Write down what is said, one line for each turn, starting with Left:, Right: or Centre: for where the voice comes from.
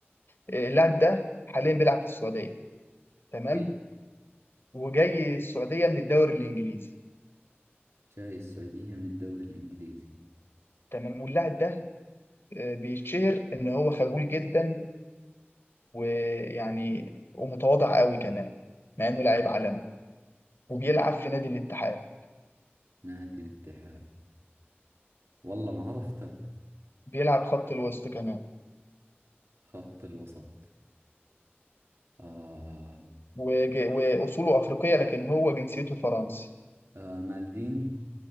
Left: إيه، اللاعب ده حاليا بيلعب في السعودية تمام
Right: إي
Left: وجاي السعودية من الدوري الانجليزي
Right: جاي السعودية من الدوري الإنجليزي
Left: تمام واللاعب ده آه، بيتشهر ان هو خجول جدا ويعني ومتواضع قوي كمان مع انه لاعب عالمي وبيلعب في نادي الاتحاد
Right: نادي الاتحاد والله ما عرفته
Left: بيلعب خط الوسط كمان
Right: خط الوسط آه,
Left: وج- وأصوله أفريقية لكن هو جنسيته فرنسي
Right: آه مالديني